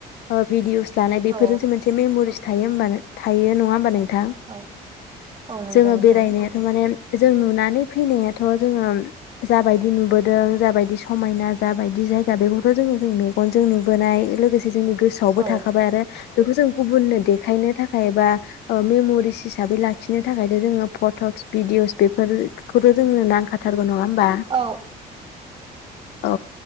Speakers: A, on the left; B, on the right.
A: भिदिअस लानाय बेफोरनिससे
B: औ
A: मोनसे मेम'रिस थायो होनोमबानो थायो नङा होनोमबा नों नोंथां
B: औ औ नंगौ
A: जोङो
B: नोंथां
A: बेरायनायाथ' माने जों नुनानै फैनायाथ' जोङो जाबायदि नुबोदों जाबायदि समायना जाबायदि जायगा बेखौथ' जोङो जों मेगनजों नुबोनाय लोगोसे जोंनि गोसोआवबो
B: औ
A: थाखाबाय आरो बेखौ जों गुबुननो देखायनो थाखाय बा मेम'रिस हिसाबै लाखिनो थाखायथ' जोङो फटक्स भिडिअस बेफोरखौथ' जोंनो नांखाथारगौ नङा होमबा
B: औ
A: औ